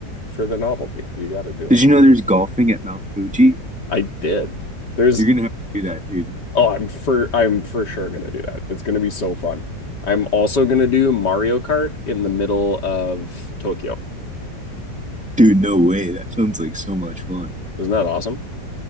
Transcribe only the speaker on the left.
for the novelty, you got to do it.
I did. There's
oh, I'm for I'm for sure gonna do that. It's gonna be so fun. I'm also gonna do Mario Kart in the middle of Tokyo.
Isn't that awesome?